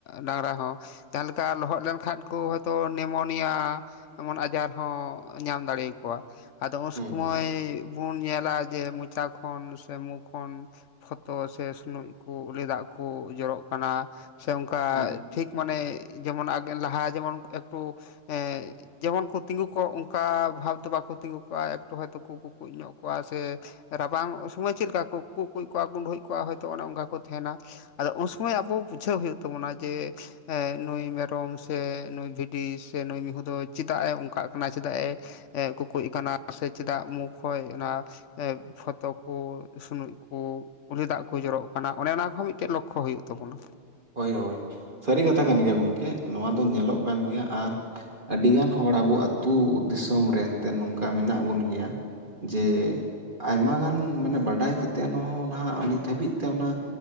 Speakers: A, on the left (about 75°); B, on the right (about 45°).
A: ᱰᱟᱝᱨᱟ ᱦᱚᱸ ᱛᱟ ᱞᱮᱠᱟ ᱞᱚᱦᱚᱫ ᱞᱮᱱᱠᱷᱟᱱ ᱠᱚ ᱦᱭᱛᱳ ᱱᱮᱢᱳᱱᱤᱭᱟ ᱮᱢᱚᱱ ᱟᱡᱟᱨ ᱦᱚᱸ ᱧᱟᱢ ᱫᱟᱲᱮᱭᱟ ᱠᱚᱣᱟ ᱟᱫᱚ ᱩᱱ
B: ᱦᱩᱸ
A: ᱥᱚᱢᱚᱭ ᱵᱚᱱ ᱧᱮᱞᱟ ᱡᱮ ᱢᱚᱪᱟ ᱠᱷᱚᱱ ᱥᱮ ᱢᱩ ᱠᱷᱚᱱ, ᱯᱷᱚᱛᱚ ᱥᱮ ᱥᱩᱱᱩ ᱠᱚ ᱩᱞᱤ ᱫᱟᱜ ᱠᱚ ᱡᱚᱨᱚᱜ ᱠᱟᱱᱟ ᱾ ᱥᱮ ᱚᱱᱠᱟ
B: ᱦᱩᱸ
A: ᱴᱷᱤᱠ ᱢᱟᱱᱮ ᱡᱮᱢᱚᱱ ᱞᱟᱦᱟ ᱡᱮᱢᱚᱱ ᱮᱠᱴᱩ ᱮᱸ, ᱡᱮᱢᱚᱱ ᱠᱚ ᱛᱤᱸᱜᱩ ᱠᱚᱜ ᱚᱱᱠᱟ ᱵᱷᱟᱵᱽ ᱫᱚ ᱵᱟᱠᱚ ᱛᱤᱸᱜᱩ ᱠᱚᱜᱼᱟ ᱮᱠᱴᱩ ᱦᱚᱭ ᱛᱚᱠᱚ ᱠᱚ ᱠᱩᱠᱩᱡ ᱧᱚᱜ ᱠᱚᱣᱟ ᱥᱮ, ᱨᱟᱵᱟᱝ ᱥᱚᱢᱚᱭ ᱪᱮᱫ ᱞᱮᱠᱟ ᱠᱚ ᱠᱩ ᱠᱩᱡ ᱠᱚᱣᱟ ᱜᱩᱸᱰᱳᱡ ᱠᱚᱣᱟ ᱦᱳᱭᱛᱳ ᱚᱱᱮ ᱚᱱᱠᱟ ᱠᱚ ᱛᱟᱦᱮᱱᱟ ᱾ ᱟᱫᱚ ᱩᱱ ᱥᱚᱢᱚᱭ ᱟᱵᱚ ᱵᱩᱡᱷᱟᱹᱣ ᱦᱩᱭᱩᱜ ᱛᱟᱵᱚᱱᱟ ᱡᱮ ᱱᱩᱭ ᱢᱮᱨᱚᱢ ᱥᱮ ᱱᱩᱭ ᱵᱷᱤᱰᱤ ᱥᱮ ᱱᱩᱭ ᱢᱤᱦᱩ ᱫᱚ ᱪᱮᱫᱟᱜ ᱮ ᱚᱱᱠᱟᱜ ᱠᱟᱱᱟ ᱪᱮᱫᱟᱜ ᱮ ᱠᱩᱠᱩᱡ ᱟᱠᱟᱱᱟ ᱥᱮ ᱪᱮᱫᱟᱜ ᱢᱩ ᱠᱷᱚᱡ ᱚᱱᱟ ᱮ ᱯᱷᱚᱛᱚ ᱠᱚ ᱥᱩᱱᱩᱡ ᱠᱚ ᱩᱞᱤ ᱫᱟᱜ ᱠᱚ ᱡᱚᱨᱚᱜ ᱠᱟᱱᱟ ᱚᱱᱮ ᱚᱱᱟ ᱠᱚ ᱢᱤᱫᱴᱮᱡ ᱞᱚᱠᱷᱚ ᱦᱩᱭᱩᱜ ᱛᱟᱵᱚᱱᱟ ᱾
B: ᱦᱳᱭ ᱦᱳᱭ ᱥᱟᱹᱨᱤ ᱠᱟᱛᱷᱟ ᱠᱟᱱ ᱜᱮᱭᱟ ᱜᱚᱢᱠᱮ ᱱᱚᱣᱟ ᱫᱚ ᱧᱮᱞᱚᱜ
A: ᱦᱩᱸ
B: ᱠᱟᱱ ᱜᱮᱭᱟ ᱟᱨ ᱟᱹᱰᱤᱜᱟᱱ ᱦᱚᱲ ᱟᱵᱚ ᱟᱹᱛᱩ ᱫᱤᱥᱚᱢ ᱨᱮᱱ ᱛᱮ ᱱᱚᱝᱠᱟ ᱢᱮᱱᱟᱜ ᱵᱚᱱ ᱜᱮᱭᱟ ᱾ ᱡᱮ ᱟᱭᱢᱟᱜᱟᱱ ᱢᱟᱱᱮ ᱵᱟᱰᱟᱭ ᱠᱟᱛᱮᱫ ᱮᱮᱱ ᱱᱟᱦᱟᱜ ᱱᱤᱛ ᱦᱟᱹᱵᱤᱡ ᱛᱮ ᱚᱱᱟ